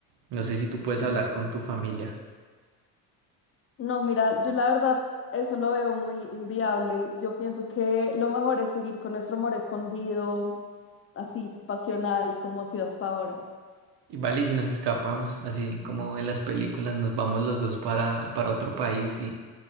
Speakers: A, on the right (about 65°); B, on the left (about 35°).
A: No sé si tú puedes
B: Mm.
A: hablar con tu familia.
B: No, mira, yo la verdad eso lo veo muy inviable. Yo pienso que lo mejor es seguir con nuestro amor escondido, así pasional como ha sido hasta ahora.
A: Y vale, y si nos escapamos, así como en las películas, nos vamos los dos para, para otro país